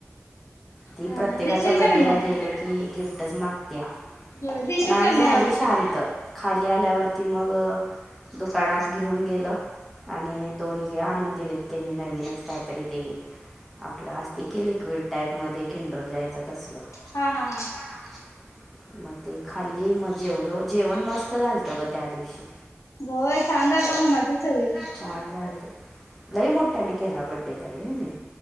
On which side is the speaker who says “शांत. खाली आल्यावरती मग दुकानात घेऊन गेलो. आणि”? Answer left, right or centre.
Centre